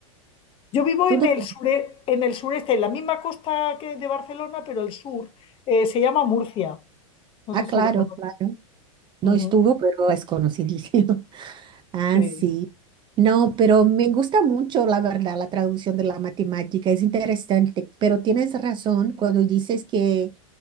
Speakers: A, on the left; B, on the right.
A: Yo vivo
B: ¿Tú
A: en
B: dónde?
A: el sure, en el sureste, en la misma costa que de Barcelona, pero el sur. eh, se llama Murcia. No
B: Ah,
A: sé si
B: claro,
A: lo conoces.
B: claro. No
A: Ujú,
B: estuvo, pero es conocido. Ah,
A: sí.
B: sí. No, pero me gusta mucho, la verdad, la traducción de la matemática. Es interesante, pero tienes razón cuando dices que,